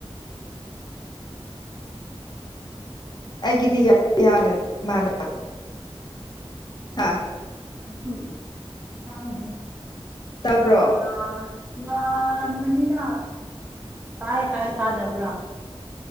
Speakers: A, on the left; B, on the right.
A: ꯑꯩꯒꯤꯗꯤ ꯌꯥꯒꯗꯕ ꯃꯥꯟꯕ꯭ꯔ ꯍꯥ
B: ꯑꯗꯨ ꯈꯪꯗꯦ
A: ꯇꯥꯕ꯭ꯔꯣ
B: ꯌꯥ ꯌꯥꯔꯝꯒꯅꯤꯗ ꯇꯥꯏꯌꯦ ꯇꯥꯏꯌꯦ ꯇꯥꯗꯕ꯭ꯔꯥ